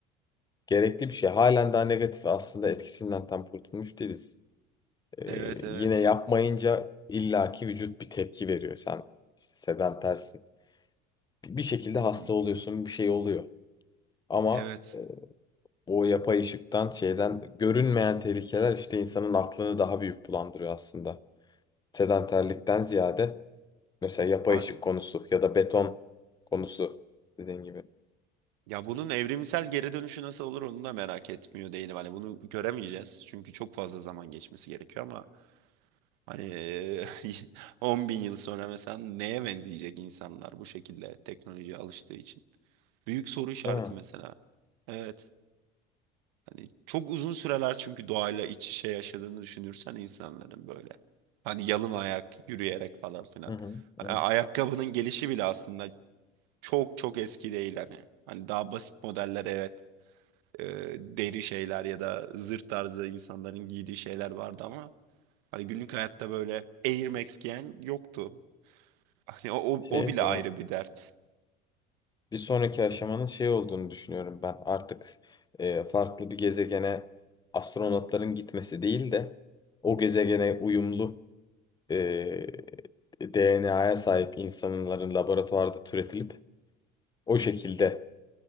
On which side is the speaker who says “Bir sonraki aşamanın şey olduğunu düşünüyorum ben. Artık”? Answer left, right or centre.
Left